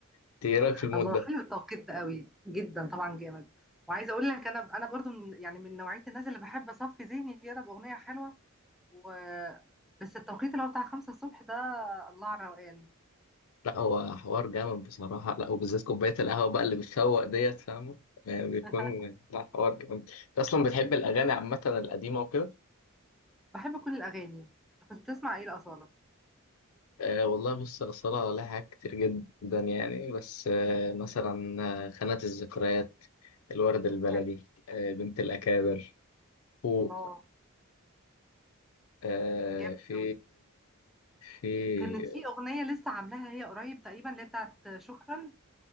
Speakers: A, on the left (about 75°); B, in the centre.
A: انت ايه رايك في المود
B: الله
A: ده
B: حلو التوقيت ده قوي جدا طبعا جامد وعايزه اقول لك انا انا برضو من يعني من نوعيه الناس اللي بحب اصفي ذهني كده باغنيه حلوه و بس التوقيت اللي هو بتاع خمسة الصبح ده الله على الروقان
A: لا هو حوار جامد بصراحه لا وبالذات كوبايه القهوه بقى اللي بتفوق ديت فاهمه يعني بيكون
B: <laughs>
A: لا حوار جامد انت اصلا بتحب الاغاني عامه القديمه وكده
B: بحب كل الاغاني أنت كنت بتسمع ايه الاصاله
A: أه والله بص الصلاة لها حاجات كتير جدا يعني بس أه مثلا آه، خانة الذكريات الورد البلدي
B: حلو
A: أه بنت الأكابر فوق
B: الله
A: أه
B: جامد
A: في
B: قوي
A: في
B: كانت في اغنيه لسه عاملاها هي قريب تقريبا اللي هي بتاعت شكرا